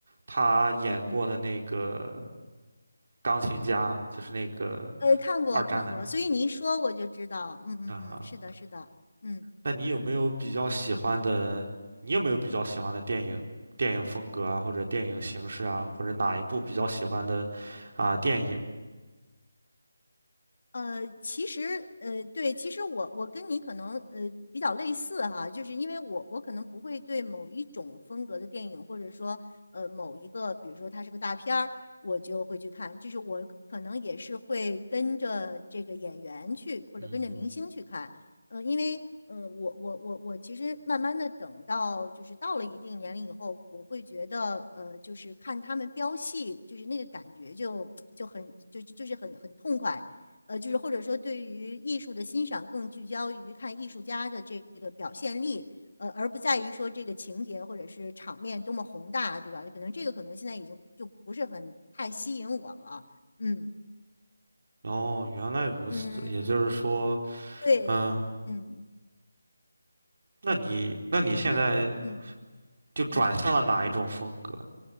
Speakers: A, on the right (about 55°); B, on the left (about 60°).
A: 他演过的那个
B: 嗯嗯，
A: 钢琴家，就是那个
B: 呃，看过看过，
A: 二战的那
B: 所以你一说我就知道，嗯嗯嗯，
A: 个啊哈？
B: 是的，是的，嗯。
A: 那你有没有比较喜欢的？你有没有比较喜欢的电影、电影风格啊，或者电影形式啊，或者哪一部比较喜欢的啊电影？
B: 呃，其实，呃，对，其实我我跟你可能呃比较类似哈，就是因为我我可能不会对某一种风格的电影，或者说呃某一个，比如说它是个大片儿，我就会去看，就是我可能也是会跟着这个演员去，或者跟着明星去看，
A: 嗯哼，
B: 呃，因为呃我我我我其实慢慢的等到就是到了一定年龄以后，我会觉得呃就是看他们飙戏，就是那个感觉就 <tsk> 就很就就就是很很痛快。呃，就是或者说对于艺术的欣赏更聚焦于看艺术家的这个表现力，呃，而不在于说这个情节或者是场面多么宏大，对吧？可能这个可能现在已经就不是很太吸引我了。嗯
A: 哦，原来如此，
B: 嗯，
A: 也就是说，
B: 对，
A: 嗯，
B: 嗯，
A: 那你那你现在
B: 就就嗯
A: 就转向了哪一种风格？
B: 嗯。